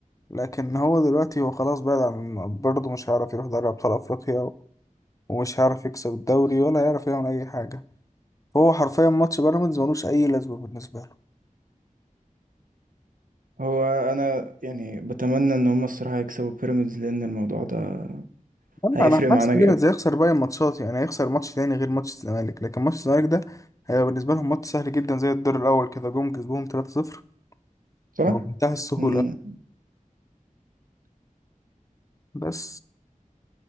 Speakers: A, on the left; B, on the right.
A: لكن هو دلوقتي هو خلاص بعد عن برضه مش هيعرف يروح دوري ابطال افريقيا ومش هيعرف يكسب الدوري ولا هيعرف يعمل اي حاجه هو حرفيا ماتش بيراميدز ملوش اي لازمه بالنسبه له
B: هو انا يعني بتمنى ان هم الصراحة يكسبوا بيراميدز لان الموضوع ده
A: لا،
B: هيفرق
A: انا
B: معانا
A: حاسس بيراميدز
B: جامد
A: هيخسر باقي الماتشات يعني هيخسر ماتش تاني غير ماتش الزمالك لكن ماتش الزمالك ده هيبقى بالنسبه لهم ماتش سهل جدا زي الدور الاول كده جم كسبوهم 3-0
B: صح؟
A: بمنتهى السهوله
B: مم.
A: بس